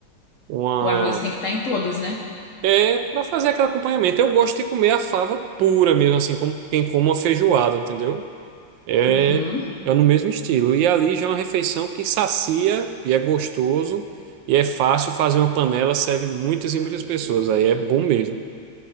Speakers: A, on the right; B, on the left.
A: Uma
B: O arroz tem que estar em todos, né?
A: É para fazer aquele acompanhamento. Eu gosto de comer a fava pura mesmo, assim, como quem come uma feijoada, entendeu? É,
B: Uhum.
A: é no mesmo estilo. E ali já é uma refeição que sacia e é gostoso e é fácil fazer uma panela, serve muitas e muitas pessoas. Aí é bom mesmo.